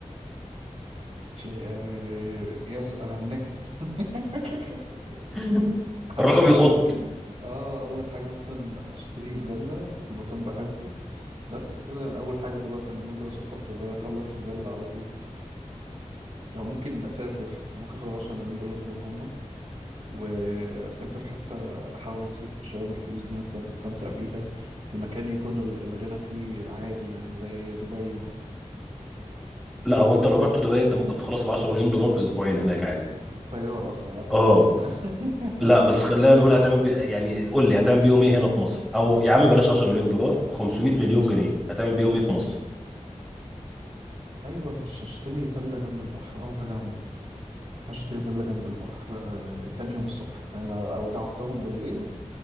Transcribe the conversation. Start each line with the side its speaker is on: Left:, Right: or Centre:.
Right: شيء- آه، يس انا هنكت <laughs>
Centre: <laughs>
Right: حاسس
Centre: الرقم
Right: ان
Centre: يخض
Right: انا ممكن اه اول حاجه مثلا اشتري فيلا في مكان بحبه بس كده انا اول حاجه دلوقتي انا نازل اشطب في فيلا اخلص في فيلا على طول او ممكن اسافر ممكن اخد 10 مليون دولار زي ما هما واسافر حتى احاول اصرف شويه من الفلوس دي مثلا استمتع بيها في مكان يكون ال- الغنى فيه عادي يعني زي دبي مثلا
Centre: لا هو انت لو رحت دبي انت ممكن تخلص ال 10 مليون دولار في اسبوعين هناك عادي
Right: في الطياره اصلا قبل
Centre: اه
Right: ما انزل <laughs>
Centre: لا بس خلينا نقول هتعمل بي... يعني قول لي هتعمل بيهم ايه هنا في مصر او يا عم بلاش 10 مليون دولار 500 مليون جنيه هتعمل بيهم ايه في مصر
Right: ايوه هش- هشتري فيلا جنب البحر اول حاجه اعملها هشتري فيلا جنب البحر آه، تاني يوم الصبح فاهم اودعتهم بالليل